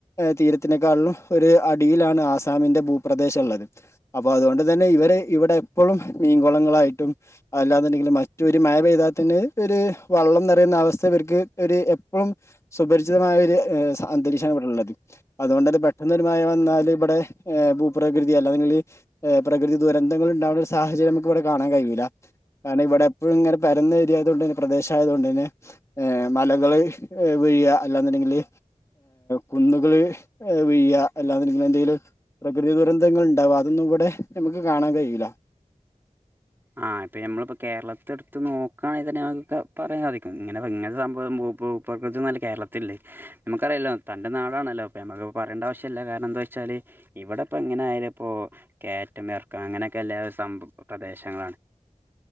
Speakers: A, on the left (about 20°); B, on the right (about 15°).
A: തീരത്തിനേക്കാളും ഒരു അടിയിലാണ് ആസാമിന്റെ ഭൂപ്രദേശം ഉള്ളത്. അപ്പൊ അതുകൊണ്ട് തന്നെ ഇവര് ഇവിടെ എപ്പോഴും മീൻകുളങ്ങളായിട്ടും അല്ലാതുണ്ടെങ്കിൽ മറ്റൊരു മഴ പെയ്താൽ തന്നെ ഒരു വള്ളം നിറയുന്ന അവസ്ഥ ഇവർക്ക് ഒരു എപ്പോഴും സുപരിചിതമായ ഒരു അന്തരീക്ഷമാണ് ഇവിടെള്ളത്. അതുകൊണ്ട് പെട്ടെന്ന് ഒരു മഴ വന്നാൽ ഇവിടെ ഭൂപ്രകൃതി അല്ലാങ്കിൽ പ്രകൃതി ദുരന്തങ്ങൾ ഉണ്ടാവുന്ന ഒരു സാഹചര്യം നമുക്ക് ഇവിടെ കാണാൻ കഴിയില്ല. കാരണം ഇവിടെ എപ്പോഴും ഇങ്ങനെ പരുന്ന ഏരിയയത കൊണ്ട് തന്നെ പ്രദേശ ആയതുക കൊണ്ട് തന്നെ മലകൾ വീഴിയാ അല്ലാന്നുണ്ടെങ്കില് കുന്നുകൾ വീഴിയാ അല്ലെന്നുണ്ടെങ്കിൽ എന്തെങ്കിലും പ്രകൃതി ദുരന്തങ്ങൾ ഉണ്ടാവുക അതൊന്നും ഇവിടെ നമുക്ക് കാണാൻ കഴിയൂല.
B: ആ ഇപ്പൊ നമ്മളിപ്പോ കേരളത്തെ എടുത്ത് നോക്കുയാണേതന്ന ഇതിനെ പറയാൻ സാധിക്കും ഇങ്ങനെ ഇങ്ങനെ സംഭവംപകൃതിന്നല്ല കേരളത്തില്ലേ നമുക്കറിയല്ലോ തന്റെ നാടാണല്ലോ അപ്പ നമ്മക്ക് പറയേണ്ട ആവശ്യമ ഇല്ല കാരണം എന്താ വെച്ചാല് ഇവിടെ ഇപ്പോ എങ്ങനെയയാല ഇപ്പോ കേറ്റ മേർക്ക അങ്ങനെയൊക്കെ എല്ലാ സംഭ ങ്ങളാണ്